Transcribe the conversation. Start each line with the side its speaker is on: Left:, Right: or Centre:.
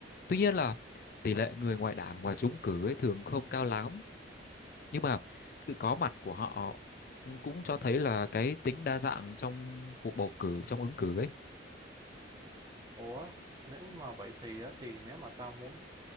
Left: Tuy nhiên là tỷ lệ người ngoài đảng mà trúng cử ấy thường không cao lắm, nhưng mà sự có mặt của họ cũng cho thấy là cái tính đa dạng trong cuộc bầu cử trong ứng cử ấy.
Right: Ủa, nếu mà vậy thì á, thì nếu mà tao muốn